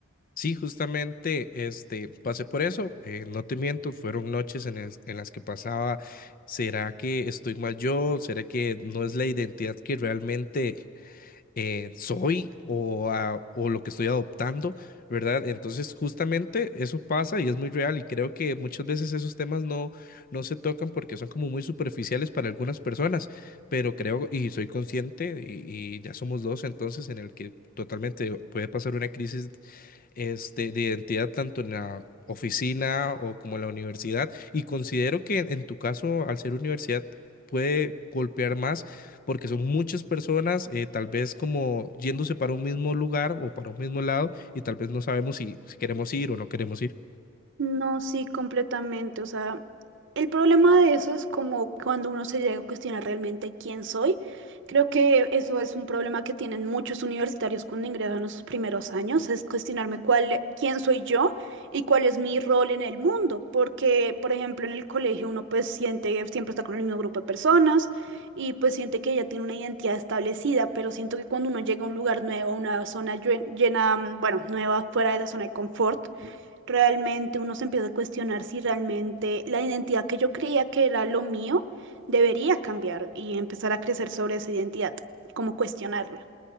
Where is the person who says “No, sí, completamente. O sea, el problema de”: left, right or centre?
Right